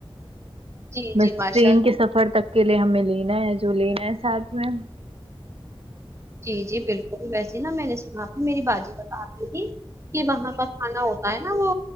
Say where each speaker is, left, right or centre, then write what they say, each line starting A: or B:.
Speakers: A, on the right; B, on the right.
A: جی
B: بس
A: جی ماشاء
B: ٹرین
A: اللہ
B: کے سفر تک کے لیے ہمیں لینا ہے جو لینا ہے ساتھ میں
A: جی جی بالکل ویسے نا میں نے سنا تھا میری باجی بتاری تھی کہ وہاں کا کھانا ہوتا ہے نا وہ